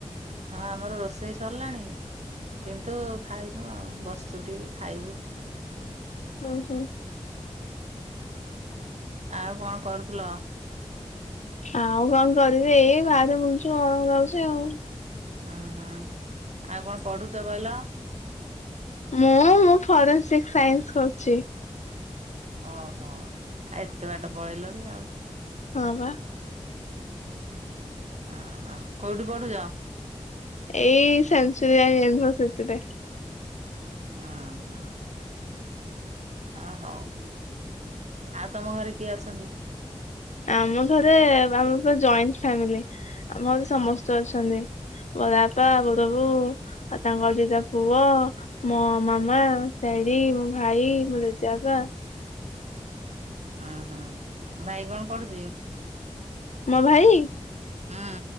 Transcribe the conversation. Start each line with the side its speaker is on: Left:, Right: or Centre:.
Right: ହଁ ଆମର ରୋଷେଇ ସରିଲାଣି। କିନ୍ତୁ ଖାଇନୁ ଆଉ ବସୁ ଟିକେ ଖାଇବୁ।
Left: ଓହୋ।
Right: ଆଉ କଣ କରୁଥିଲ?
Left: ଆଉ କଁ କରିବି ଏଇ ଭାରେ ବୁଲଛି ଅମ ଲାଗୁଛି ଆଉ।
Right: ଆ ହାଁ ଆଉ କଣ ପଢୁଛ କହିଲ?
Left: ମୁଁ ମୁଁ ଫରେନ୍ସିକ ସାଇନ୍ସ କରୁଛି।
Right: ଓହୋ ଆ ଏତେ ବାଟ ପଳେଇଲଣି ଆଉ।
Left: ହଁ ପା।
Right: ଓହୋ କୋଉଠି ପଢୁଛ?
Left: ଏଇ ସେଞ୍ଚୁରିଆନ ୟୁନିଭରସିଟିରେ।
Right: ଓହୋ। ଆ ହୋଉ ଆଉ ତମ ଘରେ କିଏ ଅଛନ୍ତି?
Left: ଆମ ଘରେ ଆମ ପା ଜଏଣ୍ଟ ଫ୍ୟାମିଲି ଆମ ଘରେ ସମସ୍ତେ ଅଛନ୍ତି। ବଡାପା, ବଡବୋଉ, ଆଉ ତାଙ୍କର ଦିଟା ପୁଅ ମୋ ମାମା, ଡାଡି, ମୋ ଭାଇ, ମୋ ଜେଜେ ବାପା।
Right: ଓ ହୋଁ ଭାଇ କଣ ପଢୁଛି?
Left: ମୋ ଭାଇ,
Right: ହୁଁ